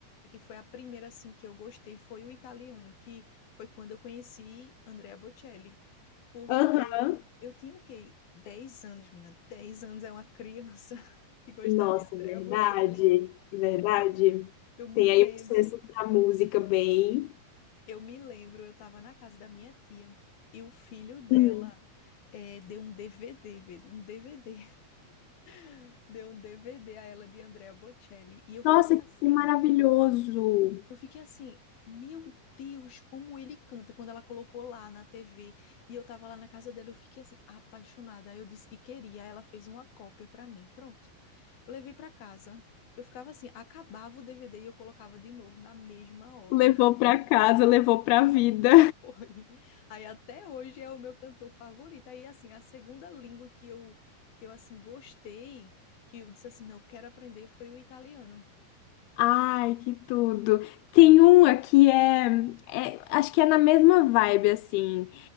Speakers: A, on the left (about 70°); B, on the left (about 85°).
A: que foi a primeira assim que eu gostei foi o italiano, que foi quando eu conheci Andrea Bocelli, porque
B: Aham.
A: eu tinha o quê? dez anos, menina. dez anos é uma criança <laughs> e gostar
B: Nossa,
A: de Andrea
B: verdade,
A: Bocelli.
B: verdade.
A: Eu me
B: Tem
A: lembro
B: aí um senso da música bem.
A: Eu me lembro, eu estava na casa da minha tia e o filho dela
B: Hum.
A: eh, deu um DVD, velho, um DVD, <laughs> deu um DVD a ela de Andrea Bocelli e eu fiquei
B: Nossa,
A: assim,
B: que maravilhoso.
A: eu fiquei assim, meu Deus, como ele canta quando ela colocou lá na TV e eu tava lá na casa dela, eu fiquei assim apaixonada. Aí Eu disse que queria, aí ela fez uma cópia para mim, pronto. Eu levei para casa, eu ficava assim, acabava o DVD e eu colocava de novo na mesma hora.
B: Levou pra casa, levou pra vida.
A: Foi. Aí até hoje é o meu cantor favorito. Aí assim, a segunda língua que eu que eu assim gostei, que eu disse assim, não, eu quero aprender foi o italiano.
B: Ai, que tudo. Tem uma que é, é- acho que é na mesma vibe, assim,